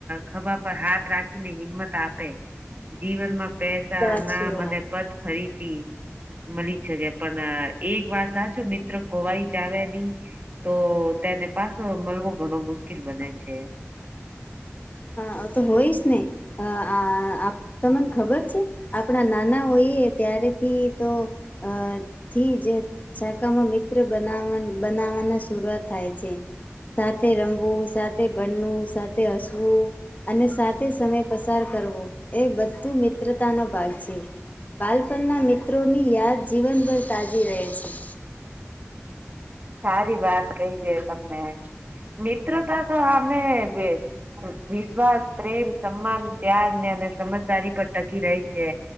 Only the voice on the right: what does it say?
ખભા પર હાથ રાખીને હિંમત આપે જીવનમાં પૈસા
ના મને
પદ ફરી હતી મળી શકે પણ એક વાર સાચું મિત્ર ખોવાઈ જાવ નહી તો તેને પાછો મળવો ઘણો મુશ્કેલ બને છે
સારી વાત કઈ છે તમને મિત્રતા તો આમે બે વિશ્વાસ પ્રેમ, સન્માન, ત્યાગ અને સમજદારી પર ટકી રહી છે.